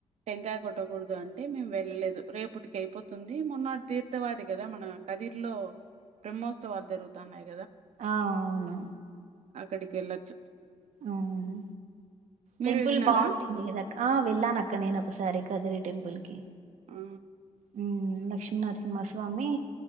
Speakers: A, on the right; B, on the right.
A: టెంకాయ కొట్టకూడదు అంటే మేము వెళ్ళలేదు రేపటికైపోతుంది మొన్నతీర్థవాదిక్ కదా మన కధీర్ లో బ్రహ్మోత్సవాలు జరుగుతున్నాయి
B: ఆ అవున
A: అక్కడికేళ్లొచ్చు
B: అవును
A: మీరు
B: టెంపుల్
A: వెళ్ళినారా?
B: బాగుంటుంది కదా క్ ఆ వెళ్ళానక్క నేను ఒకసారి కదిరి టెంపుల్కీ
A: ఆ!
B: హు మ్ లక్ష్మీనరసింహస్వామి